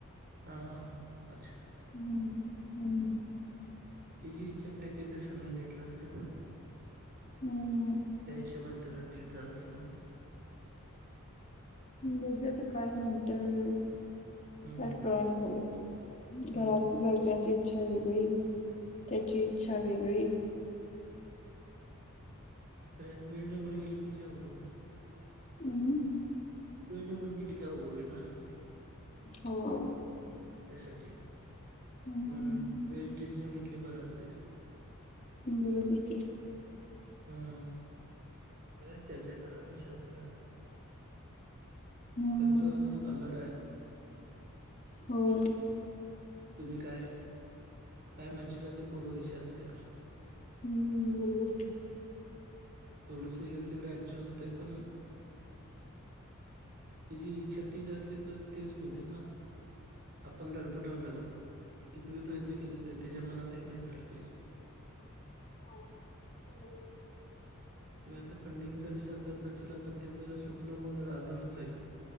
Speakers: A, on the right; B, on the left.
A: हां हां हां अच्छा.
B: हम्म हम्म.
A: तीझी इच्छा काय ते तर समजून घेतलं असत.
B: हम्म
A: त्या हिशोबन त्याला ट्रीट झालं असंत ना. हम्म
B: बघुया आता काय म्हणतोयं काय
A: हम्म
B: काळना झालयं.
A: हम्म
B: घरात घरच्यांची इच्छा वेगळी त्याची इच्छा वेगळी.
A: खरं याता वेळ निघून गेली म्हणजे अवघड होईल.
B: हम्म
A: वेळ निघून गेली की अवघड होईल ना.
B: होय
A: त्यासाठी
B: हम्म
A: म्हणून वेळीत डिसिजन घेतलेल बर असतयं.
B: बरोबर की.
A: हम्म बघा चर्चा करा विचार करा.
B: हम्म
A: कारण तो अजून अल्लड हाय.
B: होय.
A: तुम्ही काय काय म्हणशील ती पूर्व दिशा असत्या.
B: हम्म हम्म बरोबर की.
A: थोडंस इकड तिकड ऍडजस्ट होतयं पण तीझी इच्छा तीच असली तर तेच होऊ दे ना आपण धडपडार किती पण प्रयत्न केले तर त्याच्या मनात आहे ते झालं पाहिजे.
B: हो बोलूया की
A: तुम्ही आता फंडिंगचा विचार करत असचीला पण त्याज स्वप्न मग अधूरच राहील.